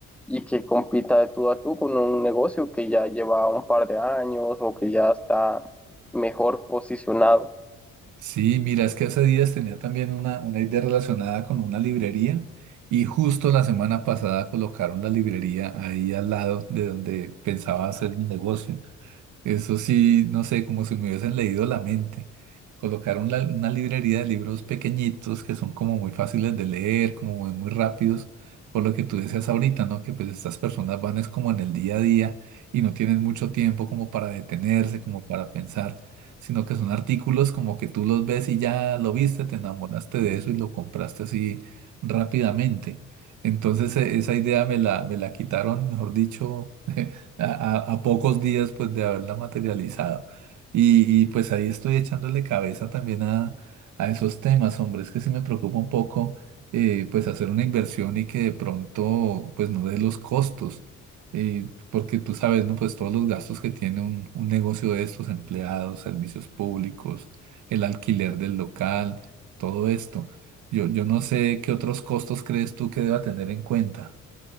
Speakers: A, in the centre; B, on the right.
A: y que compita de tú a tú con un negocio que ya lleva un par de años o que ya está mejor posicionado.
B: Sí, mira, es que hace días tenía también una, una idea relacionada con una librería y justo la semana pasada colocaron la librería ahí al lado de donde pensaba hacer mi negocio. Eso sí, no sé, como si me hubiesen leído la mente. Colocaron la- una librería de libros pequeñitos que son como muy fáciles de leer, como muy, muy rápidos, por lo que tú decías ahorita, ¿no? Que pues estas personas van es como en el día a día y no tienen mucho tiempo como para detenerse, como para pensar, sino que son artículos como que tú los ves y ya lo viste, te enamoraste de eso y lo compraste así rápidamente. Entonces, e- esa idea me la, me la quitaron, mejor dicho a, a- a pocos días pues de haberla materializado. Y, y, pues ahí estoy echándole cabeza también a, a esos temas, hombre, es que sí me preocupa un poco eh, pues hacer una inversión y que de pronto pues no dé los costos, eh, porque tú sabes, ¿no? Pues todos los gastos que tiene un, un negocio de estos, empleados, servicios públicos, el alquiler del local, todo esto. Yo, yo no sé qué otros costos crees tú que deba tener en cuenta.